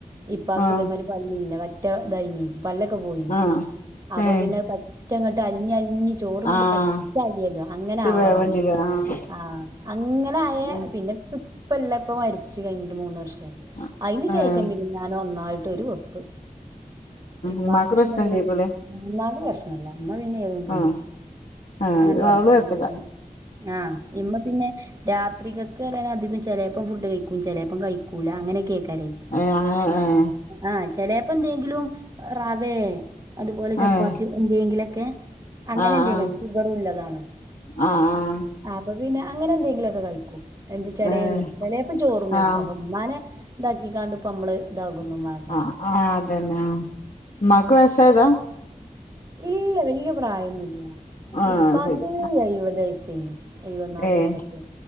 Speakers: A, on the right; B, on the left.
A: ഇപ്പാക്ക്
B: ആഹ്
A: ഇതേമായ്രി പല്ലില്ലാ പറ്റ ഇതായ്നി പല്ലൊക്കെ പോയ്നീ
B: ആഹ്
A: അപ്പൊ
B: ഏഹ്
A: പിന്നെ പറ്റങ്ങട്ട് അലിഞ്ഞ് അൽഞ്ഞ് ചോറ് ഇങ്ങെട്ട്
B: ആഹ്
A: പറ്റെ അലിയല്ലേ അങ്ങനെ
B: ഇത്
A: ആവണം
B: വേവണ്ടില്ലേ ആഹ്
A: ആഹ് അങ്ങനായാ
B: ഉം
A: പിന്നെപ്പം ഇപ്പല്ലാ ഇപ്പ മരിച്ച് കഴിഞ്ഞിട്ട് മൂന്ന് വർഷാ
B: ആഹ്
A: അയ്ന്
B: ആഹ്
A: ശേഷം പിന്നെ ഞാൻ ഒന്നായ്ട്ടൊര് ഒര് വെപ്പ് ഇമ്മാക്ക്
B: ഉമ്മാക്ക്
A: പിന്നെ
B: പ്രശ്നല്ലേക്കുലേ
A: ഒര് ഇമ്മാക്ക് പ്രശ്നം ഇല്ല ഇമ്മ പിന്നെ ഏതും തിന്നും
B: ആഹ് ആഹ്
A: അങ്ങനത്തെ
B: അത്
A: കെയ്പ്പൊന്നുല്ല
B: അവള് കൊഴപ്പല്ല
A: ഉം ആഹ് ഇമ്മ പിന്നെ രാത്രികെക്ക് പറിയാന്. അധികും ചെലേപ്പം ഫുഡ് കഴിക്കും ചെലേപ്പം കഴിക്കൂലാ അങ്ങെനെക്കേയ്ക്കാരേ
B: ഏഹ് അങ്ങെനെ ഏഹ്
A: ആഹ് ചെലേപ്പെന്തേങ്കിലും റവേ അതുപോലെ ചപ്പാത്ത്യോ
B: ഏഹ്
A: എന്തേങ്കിലെക്കെ അങ്ങനെന്തേം
B: ആഹ് ആഹ്
A: കഴ്കും ഷുഗറും ഇല്ലതാണ്
B: ആഹ്
A: ആപ്പം പിന്നെ അങ്ങെനെന്തേങ്കിലൊക്കെ കഴിക്കും എന്ത് ചെലേന്ന്
B: ആഹ് ഏഹ്
A: ചെലേപ്പം ചോറും കഴ്
B: ആഹ്
A: ഇമ്മാനെ ഇതാക്കിക്കാണ്ട് ഇപ്പം നമ്മള് ഇതാകൊന്നും മാ
B: ആഹ് ആഹ് അതെനെ ആ ഇമ്മാക്ക് വയ്സായതാ
A: ഇല്ല്യാ വെല്ല്യ പ്രായൊന്നുല്ല
B: ആഹ്
A: ഇപ്പാക്ക്
B: ശരി
A: എയ് വതെയ്സേനി എഴ് വത്തിനാല്
B: ഏഹ്
A: വയ്സെക്കെയിനി